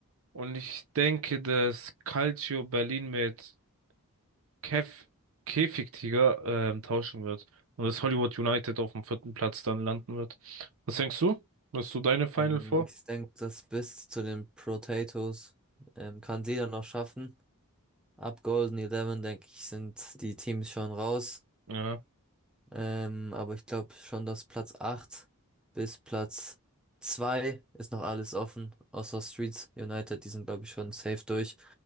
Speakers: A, on the right; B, in the centre.
A: Und ich denke, dass Calcio Berlin mit Kev Käfigtiger ähm, tauschen wird. Und dass Hollywood United auf dem vierten Platz dann landen wird. Was denkst du? Hast du deine Final
B: Ähm,
A: vor?
B: Ich denke, das bis zu den Potatoes ähm, kann jeder noch schaffen. Ab Golden Eleven, denke ich, sind die Teams schon raus.
A: Ja.
B: Ähm, aber ich glaube schon, dass Platz 8 bis Platz 2 ist noch alles offen, außer Streets United, die sind, glaube ich, schon safe durch.